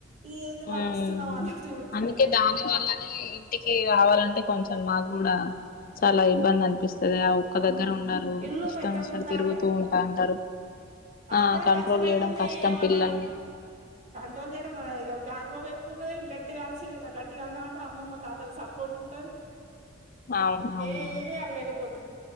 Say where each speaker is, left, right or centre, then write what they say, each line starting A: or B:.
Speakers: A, on the right; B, on the left.
A: ఈ ఏంది మాకు
B: ఉమ్.
A: ఇస్తున్నావా అన్నట్టు చూస్తున్నారు
B: అందుకే దాని వల్లనే ఇంటికి రావాలంటే కొం చెం మాగుడా చాలా ఇబ్బంది అనిపిస్తుంది ఆ ఉక్క
A: అమ్మో
B: దగ్గర అందరూ
A: ఇల్లు
B: ఇష్టం
A: పెద్దగా
B: వచ్చిన
A: ఉండాలి
B: తిరుగుతూ ఉంటా అంటారు
A: ఆపడం
B: ఆ కంట్రోల్
A: కష్టమ
B: చేయడం
A: అైతుంది
B: కష్టం
A: ఏమన్నా
B: పిల్లల్ని
A: కంట్రోల్ చేయడం య గార్బాబ ఎక్కువ ఉన్నది గట్టిగాని గట్టిగాని అంటే అమ్మమ్ మా తాతల సపోర్ట్ ఉంటది
B: అవును
A: ఏమి అనలేకపోతున్నా